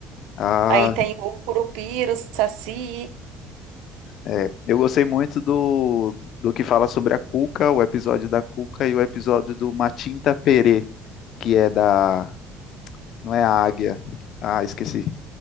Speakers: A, on the left; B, on the right.
A: Ah,
B: Aí tem o Curupira, o Saci.
A: é. Eu gostei muito do, do que fala sobre a Cuca, o episódio da Cuca e o episódio do Matinta Perê, que é da. Não é a águia. Ah, esqueci.